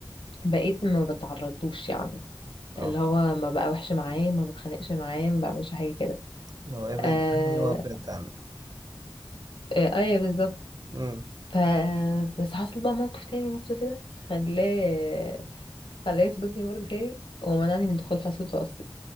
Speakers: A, on the left (about 80°); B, on the right (about 50°).
A: بقيت ما بتعرضوش يعني
B: اه
A: اللي هو ما بقى وحش معاه ما بتخانقش معاه ما بعملش حاجه كده
B: لو ابعد
A: آه
B: عني وابعد عنك
A: آه ايوه بالظبط
B: امم
A: ف بس حصل بقى موقف تاني برضه كده خلاه خلاه يطردني برضه تاني ومنعني من دخول حصته اصلا